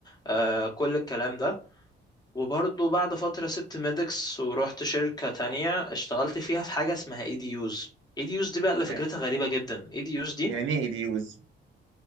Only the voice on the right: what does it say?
يعني
يعني
ايه ديوز